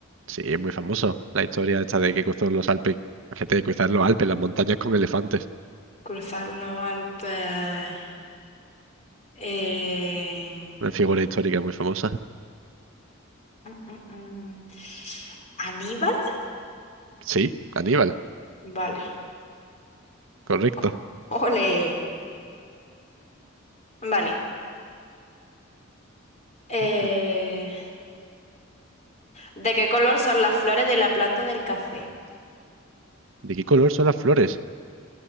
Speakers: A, on the right; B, on the left.
A: Sí, es muy famoso la historia esta de que cruzó los Alpes, la gente de cruzar los Alpes, las montañas con elefantes.
B: Cruzar los Alpes. en-
A: Una figura histórica muy famosa.
B: Mm, mm, mm. ¿Aníbal?
A: Sí, Aníbal,
B: Vale.
A: correcto.
B: O- ole. Vale. Eh,
A: Mm, mm.
B: ¿De qué color son las flores de la planta del café?
A: ¿De qué color son las flores?